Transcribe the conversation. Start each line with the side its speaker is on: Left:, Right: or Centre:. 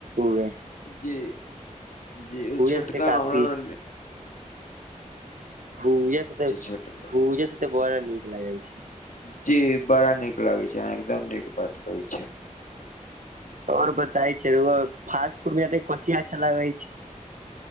Right: ओमे।
Left: जी जी ओ छोटका
Right: साथे काफी
Left: हमरा,
Right: भूजअ सेत
Left: छोटका
Right: भूजअ सेतअ बड़ा निक लगै छै।
Left: जी बड़ा निक लागे छै, अह एकदम निक बात कहै छियै।
Right: और बताइ छै फास्ट फूड मे कोनचि अच्छा लागै छै?